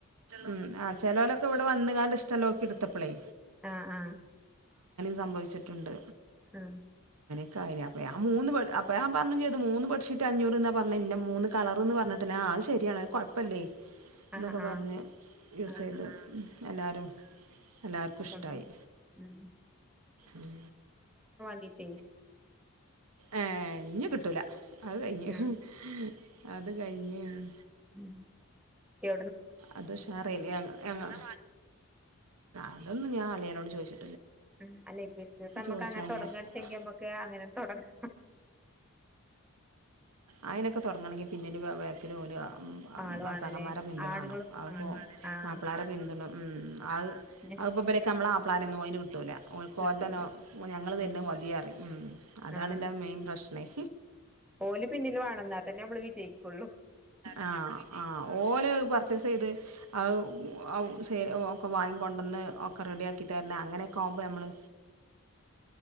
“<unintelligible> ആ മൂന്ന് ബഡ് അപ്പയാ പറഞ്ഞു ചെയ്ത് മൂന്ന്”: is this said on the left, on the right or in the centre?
Right